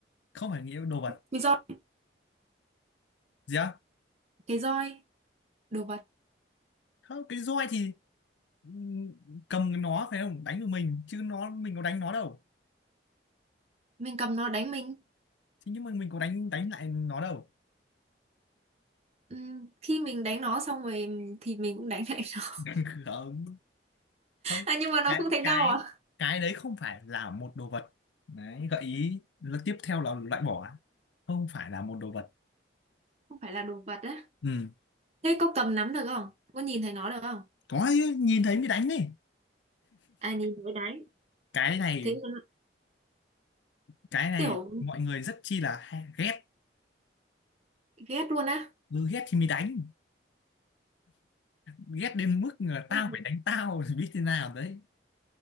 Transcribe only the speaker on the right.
Cái, roi.
Cái roi. Đồ vật.
Mình cầm nó đánh mình.
Ừm, khi mình đánh nó xong rồi thì mình cũng đánh lại nó. <laughs>
À nhưng mà nó
không thấy đau
à?
Không phải là đồ vật á.
Thế có cầm nắm được không? Có nhìn thấy nó được không?
À nhìn thấy đánh.
Thế mà nó
kiểu
ghét luôn á.
Ừ.